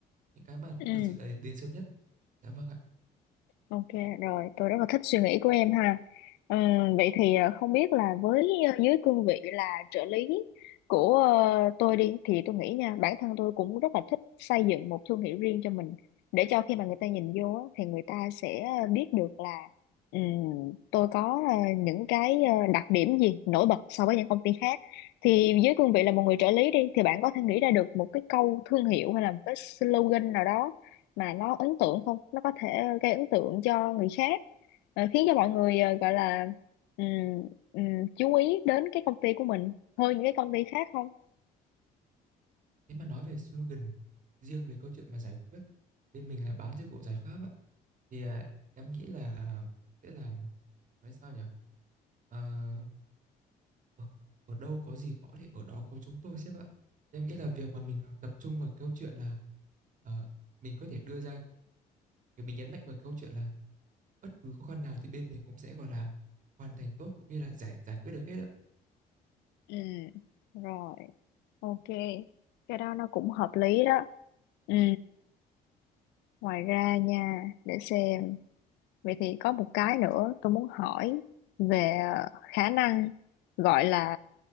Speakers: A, on the right; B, on the left.
A: những cái mà
B: Ừ.
A: thật sự là đến sớm nhất dạ vâng ạ
B: Ok rồi, tôi rất là thích suy nghĩ của em ha. Ừm, vậy thì ờ, không biết là với ờ, dưới cương vị là trợ lý của ờ, tôi đi thì tôi nghĩ nha, bản thân tôi cũng rất là thích xây dựng một thương hiệu riêng cho mình để cho khi mà người ta nhìn vô á, thì người ta sẽ ờ, biết được là ừm, tôi có ờ, những cái ờ, đặc điểm gì nổi bật so với những công ty khác. Thì dưới cương vị là một người trợ lý đi thì bạn có thể nghĩ ra được một cái câu thương hiệu hay là một cái slogan nào đó mà nó ấn tượng không nó có thể gây ấn tượng cho người khác ờ, khiến cho mọi người ờ, gọi là ừm, ừm, chú ý đến cái công ty của mình hơn những cái công ty khác không
A: nếu mà nói về slogan riêng về câu chuyện mà giải quyết bên mình là bán dịch vụ giải pháp ạ thì à, em nghĩ là sẽ làm nói sao nhỉ Ờ, ở, ở đâu có gì khó thì ở đó có chúng tôi sếp ạ em nghĩ là việc mà mình tập trung vào câu chuyện là ờ, mình có thể đưa ra Kiểu mình nhấn mạnh vào câu chuyện là bất cứ khó khăn nào thì bên mình cũng sẽ, gọi là, hoàn thành tốt cũng như là giải giải quyết được hết á.
B: ừ rồi ok cái đó nó cũng hợp lý đó ừ ngoài ra nha để xem vậy thì có một cái nữa tôi muốn hỏi về ờ, khả năng gọi là